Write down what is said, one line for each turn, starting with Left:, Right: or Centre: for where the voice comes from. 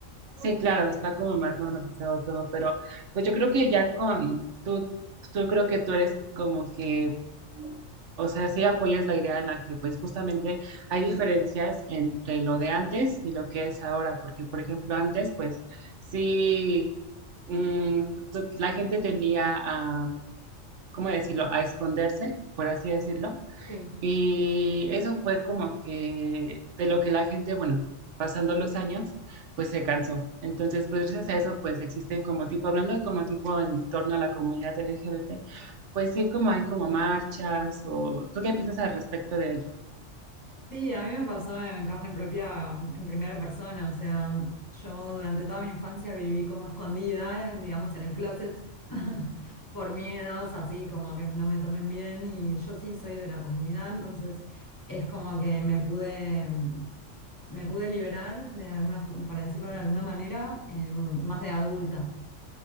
Right: Sí, claro, está como más normalizado todo, pero pues yo creo que ya con tú, tú creo que tú eres como que, o sea, sí apoyas la idea en la que pues justamente hay diferencias entre lo de antes y lo que es ahora, porque por ejemplo antes pues sí, mm, pues, tú- la gente tendía a, ¿cómo decirlo?, a esconderse, por así decirlo
Left: Sí.
Right: y eso fue como que de lo que la gente, bueno, pasando los años, pues se cansó. Entonces, pues gracias a eso, pues existen como tipo, hablando de como tipo en torno a la comunidad LGBT, pues sí, como hay como marchas o... ¿Tú qué piensas al respecto de ello?
Left: Sí, a mí me pasó en carne propia, mm, en primera persona, o sea, yo durante toda mi infancia viví como escondida, eh, digamos, en el closet, <laughs> por miedos, así como que no me tomen bien, y yo sí soy de la comunidad, entonces es como que me pude, mm, me pude liberar de alguna, fo- para decirlo de alguna manera, eh, más de adulta.